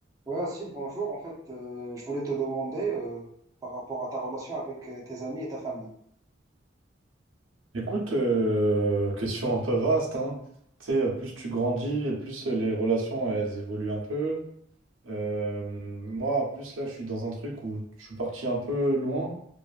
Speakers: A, on the right; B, on the right.
A: Ouais, Asile, bonjour. En fait, euh, je voulais te demander euh, par rapport à ta relation avec euh, tes amis et ta famille.
B: Écoute, euh, question un peu vaste, hein. Tu sais, plus tu grandis, et plus les relations, elles évoluent un peu. Euh, moi, plus là, je suis dans un truc où je suis parti un peu loin.